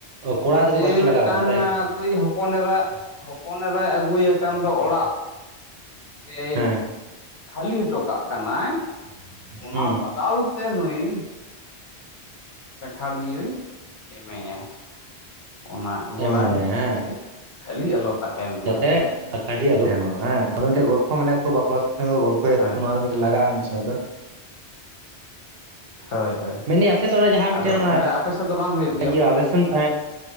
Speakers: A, on the left (about 50°); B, on the right (about 65°).
A: ᱚᱱᱮ
B: ᱠᱚᱲᱟ ᱜᱤᱫᱽᱨᱟᱹ
A: ᱡᱮ
B: ᱯᱟᱥᱴᱟ
A: ᱢᱤᱫᱴᱟᱝ
B: ᱞᱟᱜᱟᱣ ᱠᱚᱣᱟ ᱛᱟᱭᱛᱚ
A: ᱟᱠᱚᱣᱤᱡ ᱦᱚ ᱯᱚᱱ ᱮᱨᱟ ᱦᱚᱯᱚᱱ ᱮᱨᱟᱭ ᱟᱹᱜᱩ ᱠᱟᱱ ᱫᱚ ᱚᱲᱟᱜ ᱮᱭ
B: ᱦᱮᱸ
A: ᱠᱷᱟᱹᱞᱤ ᱦᱚᱴᱚ ᱠᱟᱜ ᱠᱟᱱᱟᱭ ᱚᱱᱟ
B: ᱦᱩᱸ
A: ᱵᱟᱫᱟᱞ ᱛᱮ ᱱᱩᱭ ᱯᱮᱸᱴᱷᱟᱲ ᱢᱤᱭᱩ ᱮᱢᱮᱭᱟᱭ ᱚᱱᱟ
B: ᱮᱢᱟᱭᱟᱭ
A: ᱜᱚᱲᱟ
B: ᱦᱮᱸ
A: ᱡᱟᱛᱮ ᱠᱷᱟᱞᱤ ᱟᱞᱚ ᱛᱟᱦᱮᱱ ᱢᱟ
B: ᱡᱟᱛᱮ
A: ᱟᱨᱠᱤ
B: ᱠᱷᱟᱹᱞᱤ ᱟᱞᱚ <unintelligible> ᱦᱮᱸ ᱟᱫᱚ ᱢᱤᱫᱴᱟᱡ ᱜᱚᱞᱯᱚ ᱢᱟᱱᱮᱜ ᱛᱚ ᱵᱟᱯᱞᱟ <unintelligible>
A: ᱦᱳᱭ
B: ᱞᱟᱜᱟᱜᱼᱟ ᱩᱱᱥᱚᱭ ᱫᱚᱼᱼ
A: ᱦᱳᱭ ᱦᱳᱭ
B: ᱢᱮᱱᱫᱟᱹᱧ ᱟᱯᱮ ᱥᱮᱫ ᱫᱚ ᱚᱱᱟ ᱡᱟᱦᱟᱸ
A: ᱟᱫᱚ
B: ᱢᱤᱫᱴᱮᱱ ᱚᱱᱟ
A: ᱚᱸᱰᱮ ᱟᱯᱮ ᱥᱮᱫ ᱫᱚ ᱵᱟᱝ ᱦᱩᱭᱩᱜᱼᱟ
B: ᱤᱭᱟᱹ ᱟᱞᱮ ᱥᱮᱼᱼ <unintelligible>